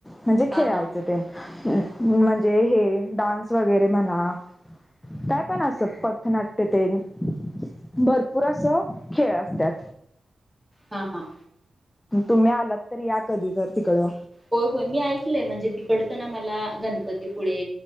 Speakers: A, on the left; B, in the centre.
A: म्हणजे खेळायच
B: हा हा
A: तेन म्हणजे हे डान्स वगैरे म्हणा काय पण असं पथनाट्य तेन. भरपूर असं खेळ असतात.
B: हा हा.
A: तुम्ही आलात तर या कधी तर तिकडं.
B: हो होय मी ऐकलय म्हणजे तिकडच ना मला गणपतीपुळे